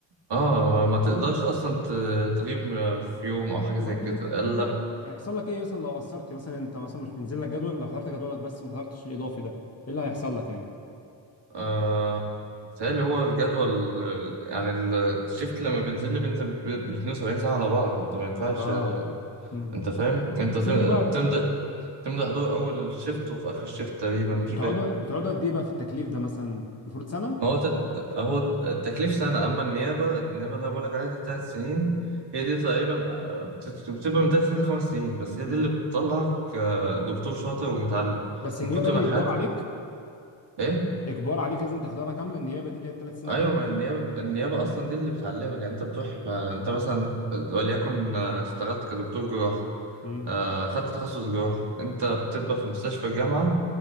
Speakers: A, on the right (about 55°); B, on the left (about 30°).
A: اه ما ما تقدرش اصلا ت- تغيب في يوم او حاجه
B: طب
A: زي
B: انت
A: كده
B: انت انت
A: الا ب-
B: هيحصل لك ايه مثلا لو قصرت مثلا انت مثلا مش منزل لك جدول لو حضرت جدولك بس ما حضرتش الاضافي ده ايه اللي هيحصل لك يعني؟
A: آه بيتهيألي هو الجدول آه، يعني ال- الشيفت لما بنزل لي بنزل ب 72 ساعه على بعض انت ما ينفعش
B: اه امم
A: انت فاهم انت
B: بس
A: تم-
B: انتوا بقى
A: بتمضي بتمضي حضور اول شيفت وفي اخر شيفت تقريبا
B: بتقعدوا
A: مش فاكر
B: بتقعدوا قد ايه بقى في التكليف ده مثلا المفروض سنه؟
A: هو ت... هو التكليف سنه اما النيابه النيابه اللي انا بقولك عليها دي ثلاث سنين هي دي تقريبا آه، بت- بتبقى من ثلاث سنين لخمس سنين بس هي
B: مم.
A: دي اللي بتطلعك آه، دكتور شاطر ومتعلم
B: بس النيابه
A: من كتر
B: دي
A: ما الحاجات
B: اجبار عليك
A: ايه
B: اجبار عليك لازم تحضرها كامله النيابه دي اللي هي الثلاث سنين
A: ايوه
B: والخمس
A: ما
B: سنين
A: النيابه النيابه اصلا دي اللي بتعلمك يعني انت بتروح آه، انت مثلا آه، وليكن آه، اشتغلت كدكتور جراحه
B: امم
A: آه، خدت تخصص جراح انت بتبقى في مستشفى الجامعة